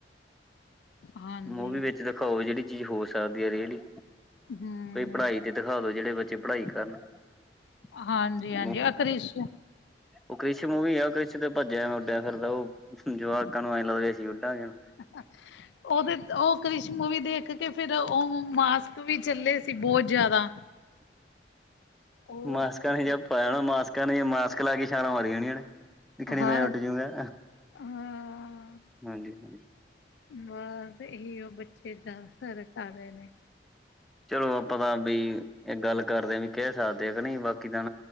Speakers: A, on the left; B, in the centre.
A: ਹਾਂਜੀ
B: ਮੂਵੀ ਵਿੱਚ ਦਿਖਾਓ ਜਿਹੜੀ ਚੀਜ਼ ਹੋ ਸਕਦੀ ਐ ਰੀਅਲੀ।
A: ਹਮ
B: ਕੋਈ ਪੜ੍ਹਾਈ ਤੇ ਦਿਖਾ ਦੋ ਜਿਹੜੇ ਬੱਚੇ ਪੜ੍ਹਾਈ ਕਰਨ <unintelligible>
A: ਹਾਂਜੀ ਹਾਂਜੀ ਆ ਕ੍ਰਿਸ਼
B: ਉਹ ਕ੍ਰਿਛ ਮੂਵੀ ਆ ਕ੍ਰਿਛ ਕਿਤੇ ਭੱਜਿਆ ਉੱਡਿਆ ਫਿਰਦਾ ਉਹ ਜਵਾਕਾਂ ਨੂੰ ਐ ਲੱਗ ਅਸੀ ਵੀ ਉੱਡਾਗੇ ਹੁਣ
A: <inaudible> ਉਹਦੇ ਉਹ ਕ੍ਰਿਸ਼ ਮੂਵੀ ਦੇਖ ਕੇ ਫਿਰ ਉਹ ਮਾਸਕ ਵੀ ਚੱਲੇ ਸੀ ਬਹੁਤ ਜ਼ਿਆਦਾ ਹੋਰ
B: ਮਾਸਕਾਂ
A: ਮੈਂ
B: ਦਾ ਜੱਬ ਪਾਇਆ ਮਾਸਕਾਂ ਨੇ ਮਾਸਕ ਲਾ ਕੇ ਛਾਲਾਂ ਮਾਰੀ ਜਾਣੀਆਂ ਨੇ ਦਿਖਣੀ
A: ਹਾਂ
B: ਮੈਂ ਉੱਡ ਜੂਂਗਾ
A: ਹਾਂ
B: ਹਾਂਜੀ ਹਾਂਜੀ
A: ਬਸ ਇਹੀ ਉਹ ਬੱਚੇ ਜ਼ਿਆਦਾ ਤਰ ਕਾਰ ਰਹੇ ਨੇ
B: ਚਲੋ ਆਪਾਂ ਤਾਂ ਬਈ ਇਹ ਗੱਲ ਕਰਦੇ ਵੀ ਕਹਿ ਸਕਦੇ ਕਿ ਨਹੀਂ ਬਾਕੀ ਤਾਂ